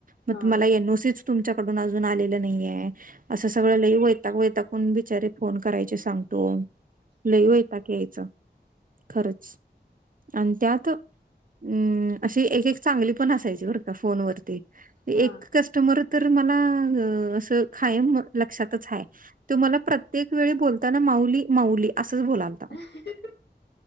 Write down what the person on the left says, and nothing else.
हा
हा हा
अं, हं, ह